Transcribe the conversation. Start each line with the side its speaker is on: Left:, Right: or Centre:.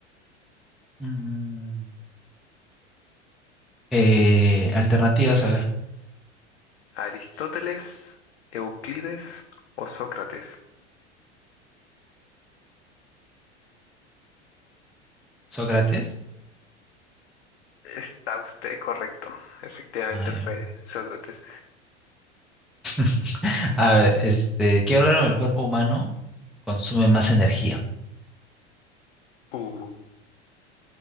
Centre: Mm, eh, alternativas, a ver.
Left: ¿Aristóteles, Euclides o Sócrates?
Centre: Sócrates.
Left: Está usted correcto. Efectivamente
Centre: Ah, ya.
Left: fue Sócrates.
Centre: <laughs> A ver, este, ¿qué órgano del cuerpo humano consume más energía?
Left: Uh,